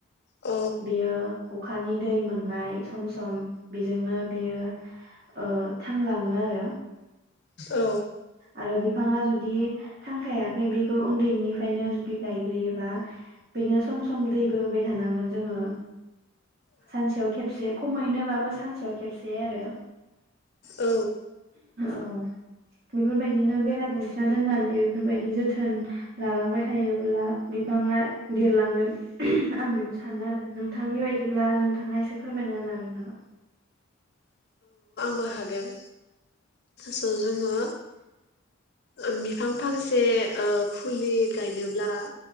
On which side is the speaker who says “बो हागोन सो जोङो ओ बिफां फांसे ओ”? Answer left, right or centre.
Left